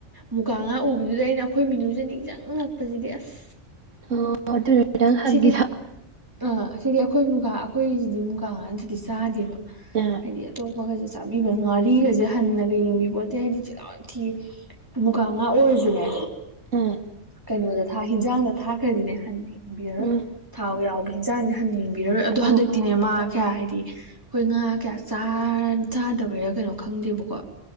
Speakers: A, on the right; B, on the right.
A: ꯃꯨꯀꯥ ꯉꯥ ꯎꯕꯗꯨꯗ ꯑꯩꯅ ꯑꯩꯈꯣꯏ ꯃꯤꯅꯨꯁꯦ ꯅꯤꯡꯁꯤꯡꯉꯛꯄꯁꯤꯗꯤ ꯑꯁ
B: <inaudible> ꯅꯪ ꯍꯪꯉꯤꯗꯣ
A: ꯁꯤꯗꯤ ꯑꯥ ꯁꯤꯗꯤ ꯑꯩꯈꯣꯏ ꯃꯨꯒꯥ ꯑꯩꯈꯣꯏꯁꯤꯗꯤ ꯃꯨꯒꯥꯉꯥ ꯅꯠꯇꯗꯤ ꯆꯥꯗꯦꯕ
B: <unintelligible>
A: ꯍꯥꯏꯗꯤ ꯑꯇꯣꯞꯄꯒꯁꯦ ꯆꯥꯕꯤꯕ ꯉꯥꯔꯤꯒꯁꯦ ꯍꯟꯅꯒ ꯌꯦꯡꯕꯤ ꯄꯣꯠꯇꯦ ꯍꯥꯏꯗꯤ ꯆꯤꯜꯍꯥꯎ ꯌꯥꯝ ꯊꯤꯌꯦ ꯃꯨꯒꯥ ꯉꯥ ꯑꯣꯏꯔꯁꯨꯅꯦ
B: ꯑ
A: ꯀꯩꯅꯣꯗ ꯊꯥ ꯍꯤꯟꯖꯥꯡꯗ ꯊꯥꯈ꯭ꯔꯗꯤꯅꯦ ꯍꯟ ꯌꯦꯡꯕꯤꯔꯔꯣꯏ
B: ꯎꯝ
A: ꯊꯥꯎ ꯌꯥꯎꯕ ꯍꯟꯁꯥꯡꯁꯦ ꯍꯟꯅ ꯌꯦꯡꯕꯤꯔꯔꯣꯏ ꯑꯗꯣ
B: ꯑꯧ
A: ꯍꯟꯗꯛꯇꯤꯅꯦ
B: ꯑꯧ
A: ꯃꯥ ꯀꯌꯥ ꯍꯥꯏꯗꯤ ꯑꯩꯈꯣꯏ ꯉꯥ ꯀꯌꯥ ꯆꯥꯗꯕꯩꯔꯥ ꯀꯩꯅꯣ ꯈꯪꯗꯦꯕꯀꯣ